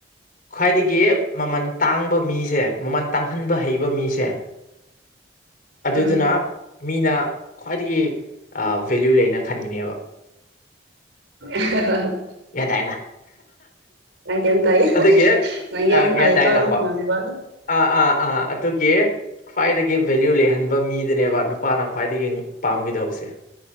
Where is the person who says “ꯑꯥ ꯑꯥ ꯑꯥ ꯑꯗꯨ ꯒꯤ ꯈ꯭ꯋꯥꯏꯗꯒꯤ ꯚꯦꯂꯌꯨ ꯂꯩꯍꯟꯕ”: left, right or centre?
Left